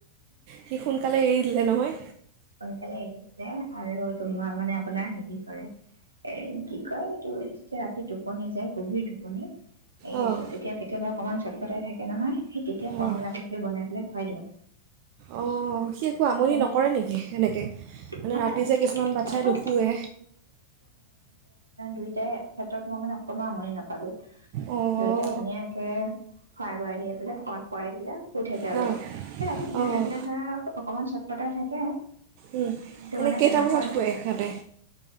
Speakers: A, on the right (about 45°); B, on the right (about 80°).
A: সি সোনকালে এৰি দিলে নহয়
B: সোনকালে এৰি দিলে, আৰু তোমাৰ, মানে, আপোনাৰ, হেৰি কৰে এই, কি কয়, এইটো যেতিয়া ৰাতি টোপনি যায়, গভীৰ টোপনি এই,
A: অ'
B: তেতিয়া, কেতিয়াবা অকণমান চ ফটাই থাকে নহয় সেই, তেতিয়া,
A: অ'
B: কমলা গাখীৰ বনাই পেলাই খুৱাই দিওঁ
A: অ', সি একো আমনি
B: তেনে
A: নকৰে নেকি? সেনেকে, মানে,
B: নকৰে
A: ৰাতি যে কিছুমান বাচ্চাই
B: নকৰে
A: নুশুৱে
B: দুইতাৰে ক্ষেত্ৰত, মই মানে কোনো আমনি নাপালোঁ।
A: অ'
B: দুইটাই ধুনীয়াকে খোৱাই-বোৱাই দিয়ে <unintelligible> দিলে শুই থাকে, আৰু
A: হা
B: ৰাতি ভোক
A: অ'
B: লাগিলে, ধৰা, অকণমান চত ফটাই থাকে
A: উম,
B: কিন্তু
A: এনেই
B: মানে
A: কেইটা
B: তেনেকুৱা
A: বজাত শুৱে সিহঁতে?